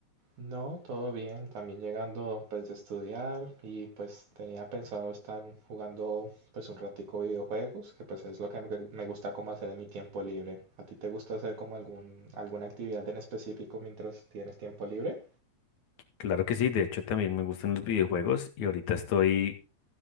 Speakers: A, on the right; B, on the left.
A: No, todo bien, también llegando pues de estudiar y pues tenía pensado estar jugando pues un ratico videojuegos, que pues es lo que me me gusta como hacer en mi tiempo libre. ¿A ti te gusta hacer como algún, alguna actividad en específico mientras tienes tiempo libre?
B: Claro que sí, de hecho también me gustan los videojuegos y ahorita estoy